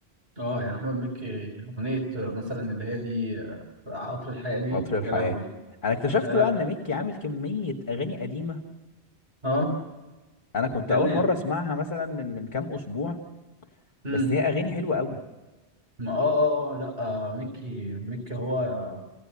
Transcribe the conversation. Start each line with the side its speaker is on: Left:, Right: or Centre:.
Right: اه يعني احمد مكي اغنيه مثلا اللي هي دي آه، قطر الحياه دي
Left: قطر الحياه
Right: يا لهوي
Left: انا اكتشفت
Right: آه لا
Left: بقى ان ميكي عامل كميه اغاني قديمه
Right: اه
Left: انا كنت
Right: جميل
Left: اول مره اسمعها مثلا من من كام اسبوع
Right: امم
Left: بس هي اغاني حلوه قوي
Right: ما اه اه اه لا آه، مكي مكي هو آه،